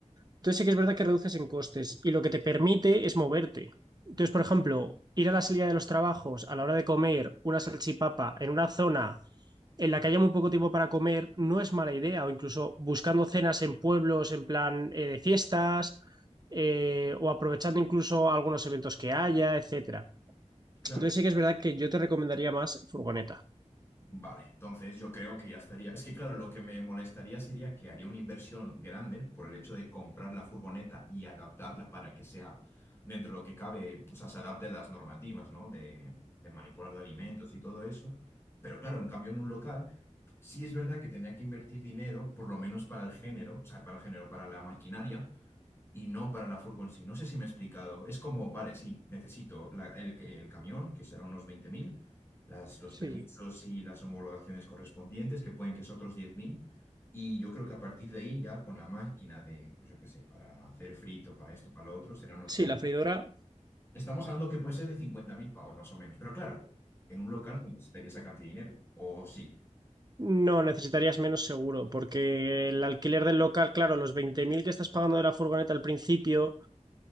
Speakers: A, on the right; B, on the left.
A: Entonces sí que es verdad que reduces en costes y lo que te permite es moverte. Entonces, por ejemplo, ir a la salida de los trabajos a la hora de comer una salchipapa en una zona en la que haya muy poco tiempo para comer no es mala idea, o incluso buscando cenas en pueblos en plan eh, de fiestas, eh, o aprovechando incluso algunos eventos que haya, etcétera.
B: Claro.
A: Entonces sí que es verdad que yo te recomendaría más furgoneta.
B: Vale, entonces yo creo que ya estaría. Es que claro, lo que me molestaría sería que haría una inversión grande por el hecho de comprar la furgoneta y adaptarla para que sea dentro de lo que cabe, o sea, se adapte a las normativas, ¿no? De, de manipular de alimentos y todo eso. Pero claro, en cambio en un local, sí es verdad que tenía que invertir dinero, por lo menos para el género, o sea, para el género, para la maquinaria, y no para la furgo en sí. No sé si me he explicado. Es como, vale, sí, necesito la- el, el camión, que será unos veinte mil las, los
A: Sí,
B: permisos y las homologaciones correspondientes, que pueden que es otros diez mil Y yo creo que a partir de ahí, ya con la máquina de, pues yo qué sé, para hacer frito, para esto, para lo otro, serán otros.
A: sí, la freidora
B: Estamos hablando que puede ser de 50.000 pavos, más o menos. Pero claro, en un local no necesitaría esa cantidad de dinero. O sí,
A: No, necesitarías menos seguro, porque el alquiler del local, claro, los 20.000 que estás pagando de la furgoneta al principio,